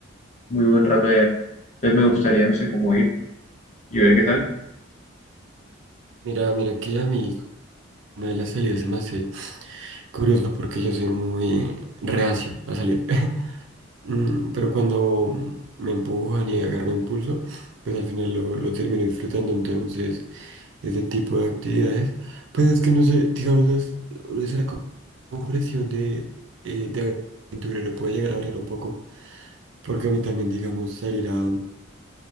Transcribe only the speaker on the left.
muy buen rato allá. Entonces me gustaría, no sé, cómo ir y ver qué tal.